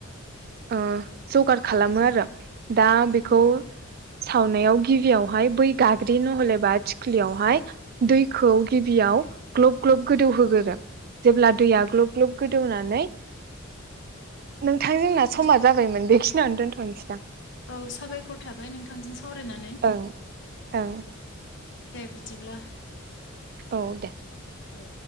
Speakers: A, on the right; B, on the left.
A: ओ जगार खालामो आरो। दा बेखौ।
B: औ
A: सावनायाव गिबियावहाय बै गाग्रि नहलेबा थिख्लियावहाय दैखौ गिबियाव ग्लब ग्लब गोदौ होगोरो। जेब्ला
B: औ
A: दैया गल्ब। ग्लब गोदौनानै। नोंथां जोंना
B: बिदि
A: समा जाबायमोन <unintelligible> दोनथनोसै दां।
B: औ साबायखर थाबाय नोंथांजों सावरायनानै।
A: ओं ओं।
B: दे बिदिब्ला।
A: औ दे।
B: औ।